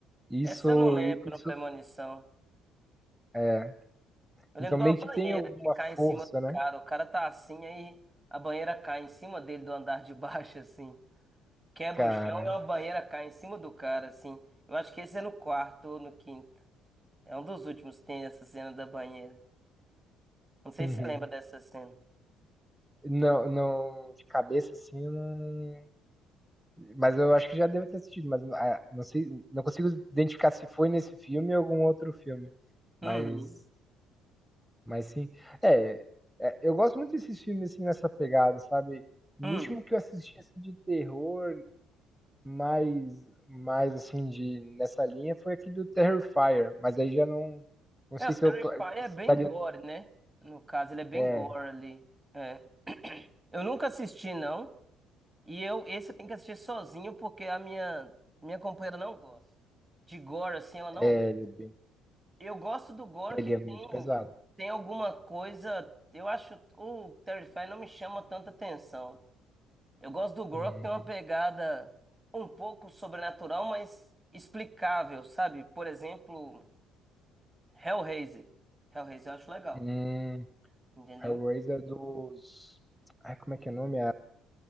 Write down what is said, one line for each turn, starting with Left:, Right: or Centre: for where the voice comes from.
Centre: isso,
Right: Essa eu não lembro
Centre: isso,
Right: no Premonição.
Centre: é.
Right: Eu
Centre: Então,
Right: lembro de
Centre: meio
Right: uma banheira
Centre: que tem alguma
Right: que cai em
Centre: força,
Right: cima do
Centre: né,
Right: cara. O cara tá assim, aí a banheira cai em cima dele do andar de baixo, assim. Quebra
Centre: cara?
Right: o chão e uma banheira cai em cima do cara, assim. Eu acho que esse é no quarto ou no quinto. É um dos últimos que tem essa cena da banheira. Não sei
Centre: <laughs>
Right: se você lembra dessa cena.
Centre: Não, não, de cabeça assim, eu não, Mas eu acho que já devo ter assistido, mas ah, não sei, não consigo identificar se foi nesse filme ou algum outro filme. Mas,
Right: Uhum.
Centre: mas sim. É, é, eu gosto muito desses filmes assim nessa pegada, sabe? O
Right: Hum.
Centre: último que eu assisti assim, de terror, mais, mais assim de nessa linha foi aquele do Terrifier, mas aí já não, não
Right: É,
Centre: sei
Right: o
Centre: se
Right: Terrify
Centre: eu cla-
Right: é
Centre: se
Right: bem
Centre: estaria.
Right: gore, né? No caso, ele é bem
Centre: É,
Right: gore ali. É. <clears throat> Eu nunca assisti, não. E eu, esse eu tenho que assistir sozinho porque a minha, minha companheira não gosta. De gore, assim, ela não.
Centre: é, ele é bem-
Right: Eu gosto do gore
Centre: ele
Right: que tem,
Centre: é muito pesado.
Right: tem alguma coisa. Eu acho o Terrify não me chama tanta atenção. Eu gosto do gore
Centre: Hum,
Right: que tem uma pegada um pouco sobrenatural, mas explicável, sabe? Por exemplo, Hellraiser. Hellraiser eu acho legal,
Centre: hum,
Right: entendeu?
Centre: Hellraiser é dos. Ai, como é que é o nome?